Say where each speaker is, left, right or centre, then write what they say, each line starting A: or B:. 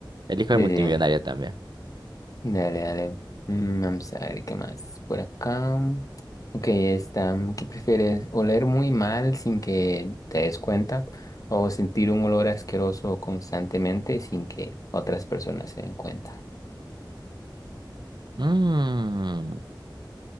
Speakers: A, on the right; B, on the left.
A: elijo
B: Sí,
A: el multimillonario
B: sí.
A: también.
B: Dale, dale. Mm, Vamos a ver qué más. Por acá. Ok, está. ¿Qué prefieres? ¿Oler muy mal sin que te des cuenta? ¿O sentir un olor asqueroso constantemente sin que otras personas se den cuenta?
A: Mm,